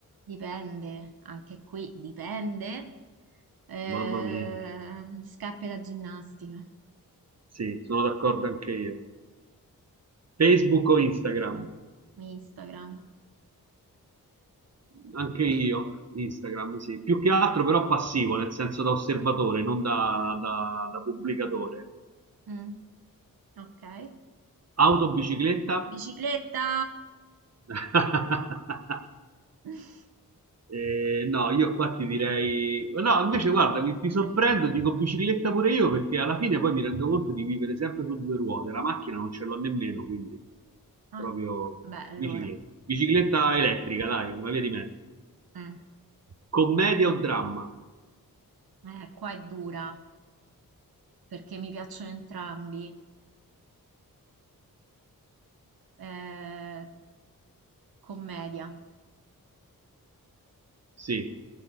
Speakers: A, on the right; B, on the right.
A: Dipende, anche qui dipende. Eh,
B: Mamma mia,
A: scarpe da ginnastica,
B: sì, sono d'accordo anche io. Facebook o Instagram?
A: Instagram.
B: Anche io, Instagram, sì. Più che altro però passivo, nel senso da osservatore, non da, da- da pubblicatore.
A: Mm, ok.
B: Auto, bicicletta?
A: Bicicletta.
B: <laughs>
A: <laughs>
B: Eh, no, io qua ti direi... No, invece guarda, mi- ti sorprendo, dico bicicletta pure io, perché alla fine poi mi rendo conto di vivere sempre su due ruote. La macchina non ce l'ho nemmeno, quindi
A: Ah,
B: proprio
A: beh, allora.
B: bicicletta. Bicicletta elettrica, dai, una via di mezzo.
A: mm,
B: Commedia o dramma?
A: eh, qua è dura perché mi piacciono entrambi. Eh, commedia.
B: Sì,